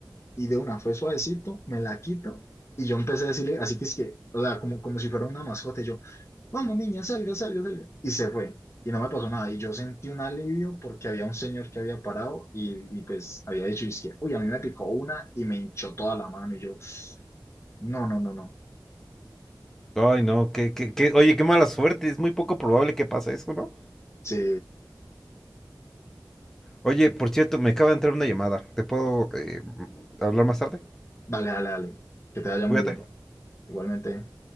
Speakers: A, on the left; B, in the centre.
A: y de una fue suavecito, me la quito y yo empecé a decirle, así que es que, o sea, como, como si fuera una mascota y yo, vamos niña, salga, salga, salga. Y se fue y no me pasó nada y yo sentí un alivio porque había un señor que había parado y, y pues había dicho, y es que, uy, a mí me picó una y me hinchó toda la mano y yo, no, no, no, no.
B: Ay no, qué, qué, qué- oye, qué mala suerte, es muy poco probable que pase eso, ¿no?
A: Sí,
B: Oye, por cierto, me acaba de entrar una llamada. ¿Te puedo eh, hablar más tarde?
A: vale, dale, dale, que te vaya
B: Cuídate.
A: muy bien. Igualmente.